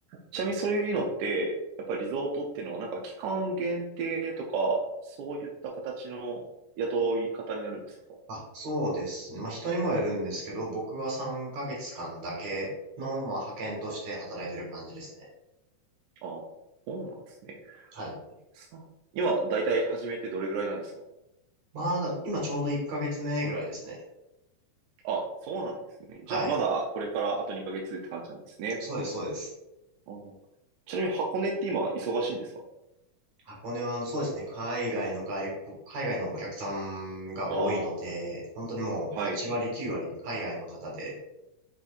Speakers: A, on the right (about 80°); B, on the right (about 60°).
A: ちなみにそういうのって、やっぱりリゾートっていうのはなんか期間限定とか、そういった形の雇い方になるんですか
B: あ、そうですね。まあ人にもよるんですけど、僕は3ヶ月間だけの、まあ派遣として働いてる感じですね。
A: ああ、そうなんですね。
B: はい。
A: さ今、だいたい始めてどれぐらいなんですか
B: まあだ、今ちょうど1ヶ月目ぐらいですね。
A: あ、そうなんですね。
B: はい。
A: じゃあまだこれからあと2ヶ月って感じなんですね。
B: そうです、そうです。
A: ああちなみに箱根って今忙しいんですか
B: 箱根は、あの、そうですね。海外の外国、海外のお客さんが多いので、
A: ああ、
B: 本当にもう8割、
A: はい。
B: 9割海外の方で、